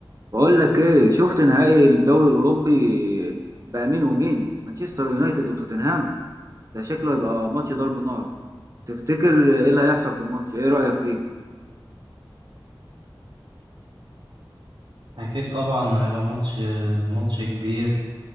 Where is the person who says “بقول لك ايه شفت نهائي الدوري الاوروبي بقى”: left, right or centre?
Right